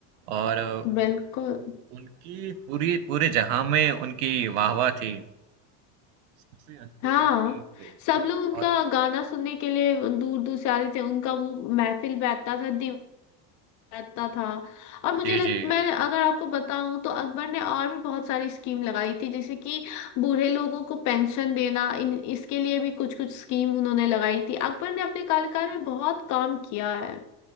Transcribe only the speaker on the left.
बिल्कुल
हाँ
सब लोग उनका
गाना सुनने के लिए दूर दूर से आते थे उनका वो महफिल बैठता था दीवार बैठता था और मुझे
लग
मैं अगर आपको बताऊं तो अकबर ने और भी बहुत सारी स्कीम लगाई थी जैसे कि बूढ़े लोगों को पेंशन देना इन इसके लिए भी कुछ कुछ स्कीम उन्होंने लगाई थी अकबर ने अपने कार्यकाल में बहुत काम किया है